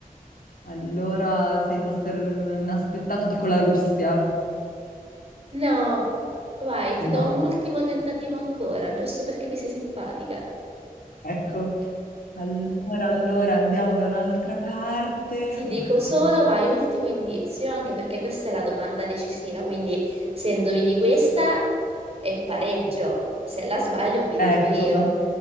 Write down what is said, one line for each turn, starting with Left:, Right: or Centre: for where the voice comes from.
Left: Allora sei inosser- inaspettato, dico la Russia.
Right: No, vai, ti
Left: No,
Right: do un ultimo tentativo ancora, giusto perché mi sei simpatica.
Left: ecco. Allora, allora andiamo da un'altra parte.
Right: Ti dico
Left: Oddio.
Right: solo, vai ultimo indizio, anche perché questa è la domanda decisiva, quindi se indovini questa è pareggio, se la sbaglio ho vinto
Left: Ecco,
Right: io.